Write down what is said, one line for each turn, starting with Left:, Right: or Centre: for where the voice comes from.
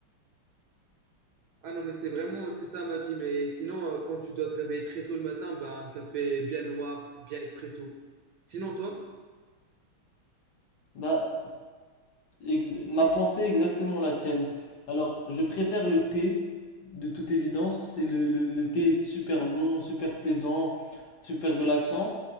Right: Ah non, mais c'est vraiment, c'est ça ma vie. Mais sinon, euh, quand tu dois te réveiller très tôt le matin, bah, un café bien noir, bien espresso. Sinon, toi?
Left: Bah, ex- ma pensée est exactement la tienne. Alors, je préfère le thé, de toute évidence. C'est le, le, le thé est super bon, super plaisant, super relaxant.